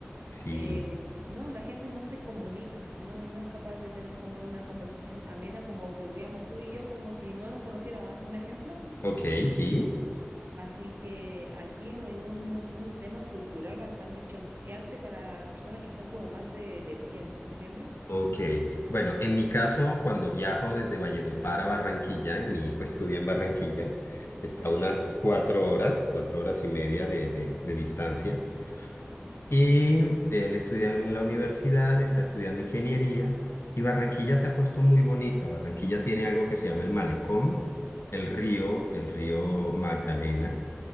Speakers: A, on the left (about 70°); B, on the right (about 55°).
A: Sí.
B: eh, no, la gente no se comunica, no, no es capaz de tener como una conversación amena como tendríamos tú y yo, como si no nos conociéramos. Un ejemplo.
A: Ok, sí.
B: Así que aquí es un, un tema cultural bastante choqueante para personas que son como más de, de piel, ¿me entiendes?
A: Ok, bueno, en mi caso, cuando viajo desde Valledupar a Barranquilla, mi hijo estudia en Barranquilla, está
B: Ay, qué
A: a
B: bueno.
A: unas cuatro horas, cuatro horas y media de, de, de distancia, y él estudia en la universidad, está estudiando ingeniería, y Barranquilla se ha puesto muy bonita. Barranquilla tiene algo que se llama el malecón, el río, el río Magdalena